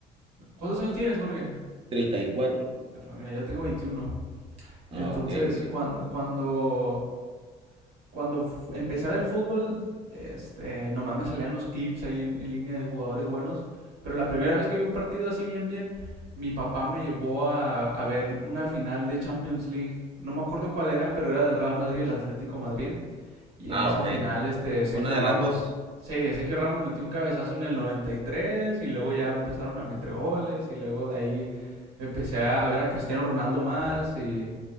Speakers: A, on the right; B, on the right.
A: ¿Cuántos años tienes, Jorge?
B: treinta y cuatro
A: Mira, yo tengo veintiuno Entonces,
B: Ah, ok, ok.
A: cuando, cuando, cuando empecé a ver fútbol, este, nomás me salían los clips ahí en, en línea de jugadores buenos. Pero la primera vez que vi un partido así bien, bien, mi papá me llevó a, a ver una final de Champions League. No me acuerdo cuál era, pero era del Real Madrid, el Atlético Madrid. Y
B: Ah,
A: en esa
B: ok.
A: final, este, Sergio
B: Una
A: Ramos,
B: de las dos.
A: sí, Sergio Ramos metió un cabezazo en el 93 y tres y luego ya empezaron a meter goles y luego de ahí empecé a ver a Cristiano Ronaldo más y,